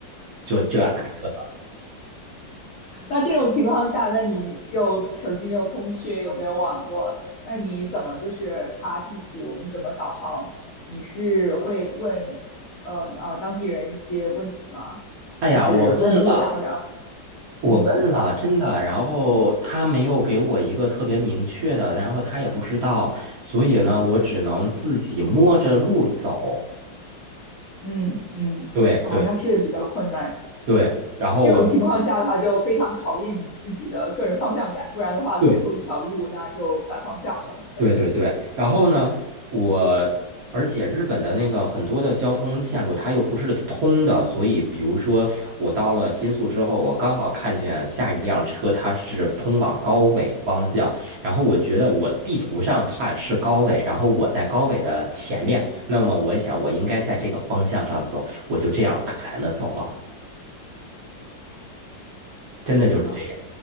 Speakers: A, on the right (about 55°); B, on the left (about 60°).
A: 就就要打车了。
B: 那这种情况下，那你又手机没有通讯，又没有网络，那你怎么就是查地图，你怎么导航？你是会问呃呃当地人一些问题吗？
A: 哎呀，
B: 就是问路，
A: 我问了。
B: 然后让
A: 我问了，
B: 嗯
A: 真的，然后他没有给我一个特别明确的，然后他也不知道，所以呢，我只能自己摸着路走。
B: 嗯嗯啊，
A: 对对
B: 那是比较困难。
A: 对，然后我
B: 这种情况下的话，就非常考验你自己的个人方向感，不然的话，走错一条路，
A: 对
B: 那就反方向了，很可能。
A: 对对对，然后呢，我而且日本的那个很多的交通线路它又不是通的，所以比如说我到了新宿之后，我刚好看见下一辆车它是通往高尾方向，然后我觉得我地图上看是高尾，然后我在高尾的前面，
B: 嗯，
A: 那么我想我应该在这个方向上走，我就这样大胆的走了，真的就是这样，
B: 天哪！